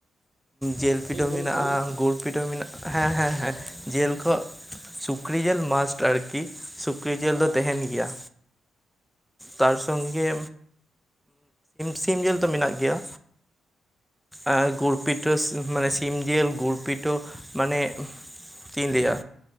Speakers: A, in the centre; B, on the right (about 50°).
A: ᱡᱤᱞ ᱯᱤᱴᱷᱟᱹ
B: ᱪᱮᱫ
A: ᱢᱮᱱᱟᱜ-ᱟ
B: ᱠᱚ ᱦᱩᱭᱩᱜ
A: ᱜᱩᱲ ᱯᱤᱴᱷᱟᱹ ᱢᱮᱱᱟᱜ ᱦᱮᱸ-ᱦᱮᱸ-ᱦᱮᱸ ᱡᱤᱞ
B: ᱛᱟᱦᱮᱸᱫ
A: ᱠᱚᱼᱼ ᱥᱩᱠᱨᱤ ᱡᱤᱞ ᱢᱟᱥᱴ ᱟᱨᱠᱤ ᱥᱩᱠᱨᱤ ᱡᱤᱞ
B: ᱦᱮᱸ
A: ᱫᱚ ᱛᱟᱦᱮᱸᱱ ᱜᱮᱭᱟ, ᱛᱟᱨ ᱥᱚᱝ-ᱜᱮ ᱥᱤᱢ, ᱡᱤᱞ ᱫᱚ ᱢᱮᱱᱟᱜ ᱜᱮᱭᱟ᱾ ᱟᱸ ᱜᱩᱨᱯᱤᱴᱷᱟᱹ ᱥᱮ ᱢᱟᱱᱮ ᱥᱤᱢ ᱡᱮᱹᱞ ᱜᱩᱨᱯᱤᱴᱳ ᱢᱟᱱᱮ ᱪᱮᱫ ᱤᱧ ᱞᱟᱹᱭᱟ,